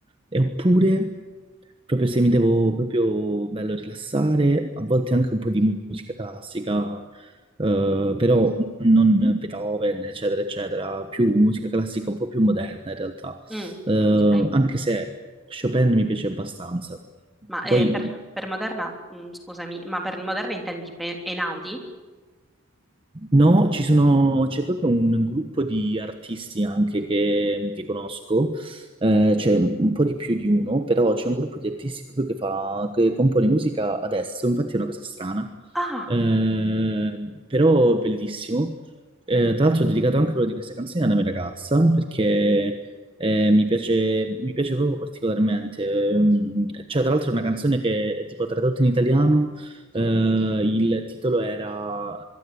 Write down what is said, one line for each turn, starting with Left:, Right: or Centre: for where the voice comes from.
Right: E oppure, proprio se mi devo proprio bello rilassare, a volte anche un po' di musica classica, eh, però non Beethoven, eccetera, eccetera, più musica classica un po' più moderna in realtà,
Centre: Mm,
Right: Eh,
Centre: ok,
Right: anche se Chopin mi piace abbastanza.
Centre: ma
Right: Poi
Centre: eh, per, per Moderna, mm, scusami, ma per Moderna intendi per Einaudi?
Right: No, ci sono, c'è proprio un gruppo di artisti anche che, che conosco, eh, c'è un, un po' di più di uno, però c'è un gruppo di artisti proprio che fa, che compone musica adesso, infatti è una cosa strana,
Centre: Ah,
Right: eh, però bellissimo. Eh, tra l'altro ho dedicato anche una di queste canzoni alla mia ragazza, perché eh, mi piace, mi piace proprio particolarmente. Ehm, Cioè, tra l'altro è una canzone che è tipo tradotta in italiano eh, il titolo era...